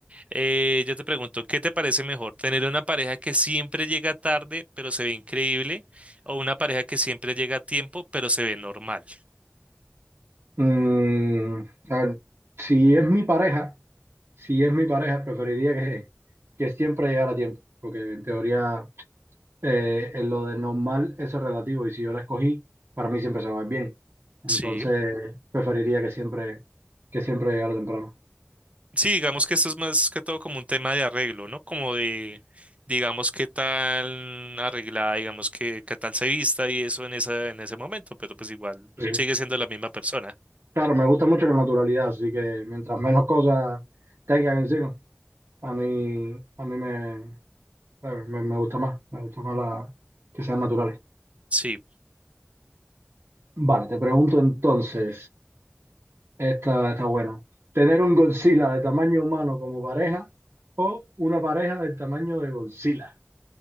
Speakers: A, on the right; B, on the right.
A: Eh, yo te pregunto, ¿qué te parece mejor? ¿Tener una pareja que siempre llega tarde, pero se ve increíble? ¿O una pareja que siempre llega a tiempo, pero se ve normal?
B: Mm, a ver, si es mi pareja. si es mi pareja, preferiría que, que siempre llegara a tiempo, porque en teoría eh, en lo de normal eso es relativo y si yo la escogí, para mí siempre se va a ver bien. Entonces,
A: Sí.
B: preferiría que siempre, que siempre llegara temprano.
A: Sí, digamos que esto es más que todo como un tema de arreglo, ¿no? Como de, digamos, qué tan arreglada, digamos, qué qué tal se vista y eso en esa, en ese momento, pero pues igual
B: Sí.
A: sigue siendo la misma persona.
B: Claro, me gusta mucho la naturalidad, así que mientras menos cosas tengan encima, a mí, a mí me, me, me gusta más, me gusta más la, que sean naturales.
A: Sí.
B: Vale, te pregunto entonces. Está está buena. Tener un Godzilla de tamaño humano como pareja o una pareja del tamaño de Godzilla.